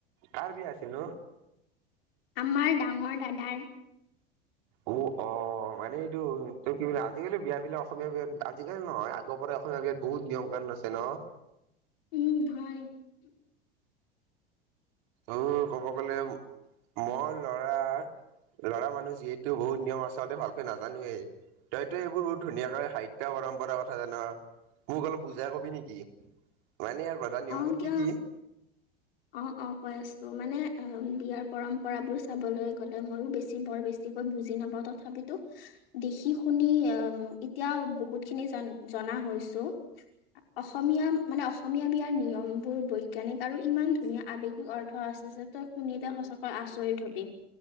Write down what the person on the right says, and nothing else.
কাৰ বি আছে নো।
উ অ মানে এইটো তই কি বুলিোলে আজিকালি বিয় বিলাক অসমীয়া বিয়া আজিকালি নহয় আগৰ পৰা। অসমীয়া বিয়াত বহুত নিয়ম কান আছে ন?
উ ক'ব গ'লে মই। ল'ৰাৰ
লৰা মানুহ যিহেতু বহুত নিয়ম আচলতে ভালকৈ নাজানোৱেই। তইতো এইবোৰ বহুত ধুনীয়াকৈ সাহিত্য পৰম্পৰাৰ কথা জান। মোক অলপ বুজাই কবি নেকি? মানে ইয়াৰ প্ৰধান নিয়মবোৰ
কি কি?